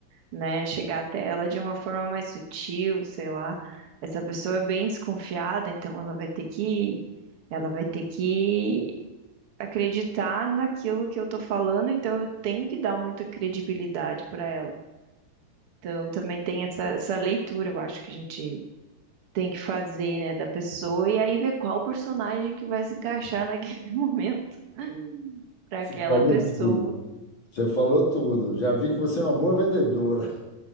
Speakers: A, on the right (about 75°); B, on the left (about 40°).
A: né, chegar até ela de uma forma mais sutil, sei lá. Essa pessoa é bem desconfiada, então ela vai ter que Ela vai ter que acreditar naquilo que eu tô falando, então eu tenho que dar muita credibilidade para ela. Então também tem essa, essa leitura, eu acho que a gente tem que fazer, né, da pessoa e aí ver qual personagem que vai se encaixar naquele <laughs> momento para
B: você
A: aquela
B: falou
A: pessoa.
B: tudo. Você falou tudo. Já vi que você é uma boa vendedora.